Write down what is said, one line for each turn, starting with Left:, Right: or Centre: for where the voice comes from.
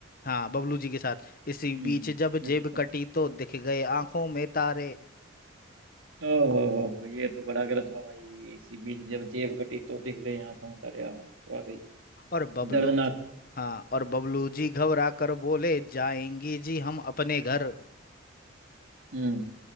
Left: हाँ बबलू जी के साथ इसी
Right: हम्म
Left: बीच जब जेब
Right: अच्छा अच्छा
Left: कटी तो दिख गए आंखों में तारे
Right: ओ हो हो हो ये तो बड़ा गलत हुआ भाई इसी बीच जब जेब कटी तो दिख गए आंखों में तारे आह, वाकई
Left: और बबलू
Right: दर्दनाक
Left: हाँ और बबलू जी घबरा कर बोले जाएंगी जी हम अपने घर
Right: हम्म